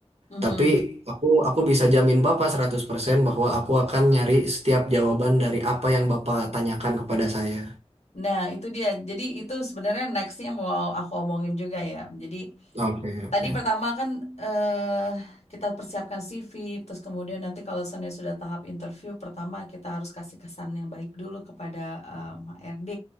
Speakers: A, on the left (about 85°); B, on the right (about 70°).
A: mhm.
B: Tapi aku aku bisa jamin Bapak 100% bahwa aku akan nyari setiap jawaban dari apa yang Bapak tanyakan kepada saya.
A: Nah, itu dia. Jadi itu sebenarnya nextnya mau aku omongin juga ya. Jadi
B: Oke, oke.
A: tadi pertama kan eh kita persiapkan CV, terus kemudian nanti kalau seandainya sudah tahap interview, pertama kita harus kasih kesan yang baik dulu kepada em, HRD.